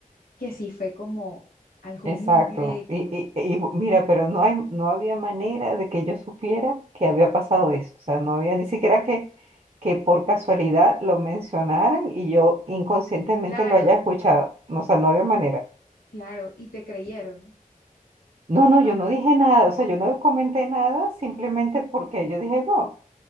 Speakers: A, on the left (about 85°); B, on the right (about 45°).
A: que sí fue como algo
B: Exacto.
A: muy directo.
B: Y, y, y bu- mira, pero no hay, no había manera de que yo supiera que había pasado eso. O sea, no había ni siquiera que, que por casualidad lo mencionaran y yo inconscientemente
A: Claro,
B: lo haya escuchado. No, O sea, no había manera.
A: claro, y te creyeron.
B: No,
A: O sea,
B: no,
A: con...
B: yo no dije nada. O sea, yo no comenté nada simplemente porque yo dije, no,